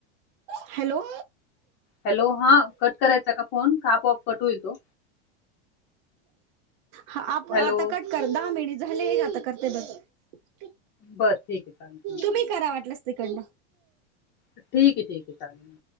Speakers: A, on the right; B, on the left.
A: हॅलो
B: हॅलो हा कट करायचा का फोन का आपोआप कट होईल तो.
A: ह आप
B: हॅलो?
A: आता कट कर दहा मिनिट झाले आता करते बर
B: बरं ठीक आहे चालेल. हां.
A: तुम्ही करा वाटलस तिकंन
B: ठीक आहे ठीक आहे चालेलं